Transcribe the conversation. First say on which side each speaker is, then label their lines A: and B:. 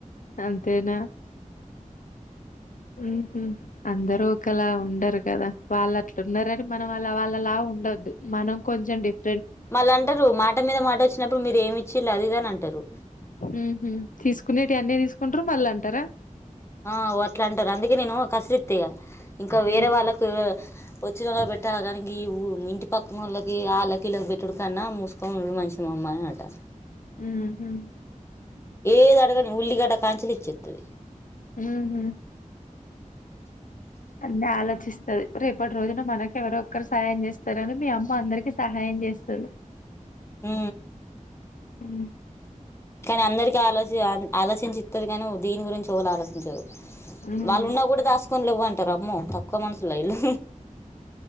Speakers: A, on the left; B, on the left.
A: అంతేనా ఉహు అందరూ ఒకలా ఉండరు గదా వాళ్ళు అట్లున్నారని మనం వాళ్ళలా ఉండొద్దు మనం కొంచం డిఫ్
B: మళ్లంటరు మాట మీద మాట వచ్చినప్పుడు మీరు ఏమి ఇచ్చిళ్ళు అది ఇదని అంటరు
A: ఉహు తీసుకునేటియి అన్నీ తీసుకుంటరు మళ్ళీ అంటరా
B: ఆ అట్లా అంటరు అందుకే నేను కసరిత్త ఇగ వేరే
A: ఉమ్
B: వాళ్ళకు పొచ్చినోళ్లకు పెట్టాలి గనీ గీ ఊ ఇంటి పక్క నోళ్ళకి ఆళ్ళకిీళ్ళకి పెట్టటుడు కన్నా మూసుకొనుండుడు మంచిది మామ్ మరెనట
A: ఉహు
B: ఏది అడగని ఉల్లిగడ్డ కాంచలి ఇచ్చేత్తది
A: ఉహు అన్నీ ఆలోచిస్తది రేపటి రోజున మనకు ఎవరోక్కరు సహాయం చేస్తరని మీ అమ్మ అందరికీ సహాయం జేస్తరు
B: ఉ
A: ఉ
B: కానీ అందరిక ఆలోచ ఆలోచించి ఇత్తది గానీ దీని గురించి ఒకళ ఆలోచించారు
A: ఉమ్
B: వాళ్ళు ఉన్నా గూడా దాసుకొని లేవ్వంటారు అమ్మో తక్కువ మనసుులు ఇలు